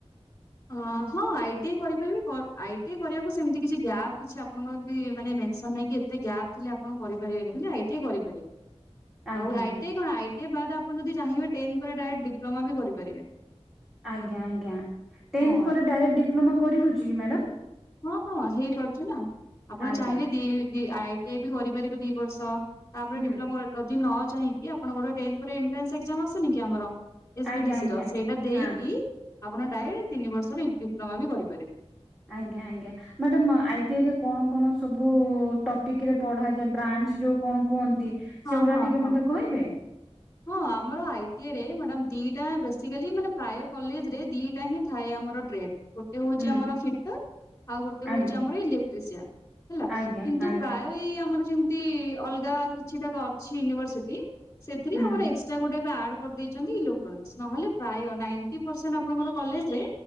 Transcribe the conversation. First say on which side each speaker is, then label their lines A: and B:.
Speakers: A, on the left; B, in the centre.
A: ଆ ହଁ ଆଇ ଆଇ ଟି ଏ କରିପାରିବି କ ଆଇ ଟି ଇ କରିବାକୁ ସେମିତି କିଛି ଗ୍ୟାପ୍ କିଛି ଆପଣଙ୍କ ଏମ୍ତି ମାନେ ମେନ୍ସନ୍ ନାହିଁ କି ଏ ଏତେ ଗ୍ୟାପ୍ ଥିଲେ ଆପଣ କରିପାରିବେନି ବୋଲି ଆଇ ଟି ଆଇ କରିପାରିବେ।
B: ଆଜ୍ଞା
A: ଆଉ ଆଇ ଟି ଆଇ କଣ ଆଇ ଟି ଆଇ ବାଦ୍ ଆପଣ ଯଦି ଚାହିଁବେ ଟେନ୍ଥ ପରେ ଡାଇରେକ୍ଟ ଡିପ୍ଲମା ବି କରିପାରିବେ।
B: ଆଜ୍ଞା ଆଜ୍ଞା ଟେନ୍ଥ୍
A: ହଁ
B: ପରେ ଡାଇରେକ୍ଟ ଡିପ୍ଲୋମା କରିହଉଛି କି ମ୍ୟାଡ଼ାମ୍?
A: ହଁ ହଁ ହେଇପାରୁଛି ନା। ଆପଣ
B: ଆଜ୍ଞା
A: ଚାହିଁଲେ ଦି ଦି ଆଇ ଟି ଆଇ ବି କରିପାରିବେ ଦି ବର୍ଷ। ତାପରେ
B: ହୁଁ
A: ଡିପ୍ଲୋମା ଯଦି ନ ଚାହିଁକି ଆପଣ ଗୋଟେ ଟେନ୍ଥ୍ ପରେ ଏଣ୍ଟ୍ରାନ୍ସ ଏକ୍ଜାମ୍ ଆସୁନି କି ଆମର? ଏସ୍
B: ଆଜ୍ଞା
A: ବି ଟି
B: ଆଜ୍ଞା
A: ସି ର ସେଇଟା ଦେଇକି
B: ହଁ
A: ଆପଣ ଡାଇରେକ୍ଟ ତିନି ବର୍ଷ ବି ଡିପ୍ଲୋମା ବି କରିପାରିବେ।
B: ଆଜ୍ଞା ଆଜ୍ଞା। ମ୍ୟାଡାମ୍ ଆଇ ଟି ଆଇ ରେ କଣ କଣ ସବୁ ଟପିକ୍ ରେ ପଢାଯାଏ ବ୍ରାଞ୍ଚ ଯୋଉ କଣ କୁହନ୍ତି?
A: ହଁ
B: ସେଗୁଡା
A: ହଁ
B: ଟିକେ
A: ହଁ।
B: ମତେ କହିବେ?
A: ହଁ ଆମର ଆଇ ଟି ଆଇ ରେ ମ୍ୟାଡାମ୍ ଦିଟା ବେସିକାଲି ମାନେ ପ୍ରାୟ କଲେଜରେ ଦିଟା ହିଁ ଥାଏ ଆମର ଟ୍ରେଟେ ଗୋ ଗୋଟେ ହଉଚି
B: ହୁଁ
A: ଆମର ଫିଟର ଆଉ ଗୋଟେ ହଉଚି
B: ଆଜ୍ଞା
A: ଆମର ଇଲେକ୍ଟ୍ରିସିଆ ହେଲା
B: ଆଜ୍ଞା
A: କିନ୍ତୁ
B: ଆଜ୍ଞା
A: ପ୍ରାୟ ତି ଆମର ଯେମତି ଅଲଗା କିଛିଟା ଅଛି ୟୁନିଭରସିଟି ସେଥିରେ
B: ହୁଁ
A: ଆମର ଏକ ଚା ଗୋଟେ ଏବେ ଆଡ୍ କରିଦେଇଚନ୍ତି ଇଲୋକ୍ଟନିକିସ୍ସ ନହେଲେ ପ୍ରାୟ ନାଇଣ୍ଟ୍ ପରସେଣ୍ଟ ଆପଣଙ୍କର କଲେଜରେ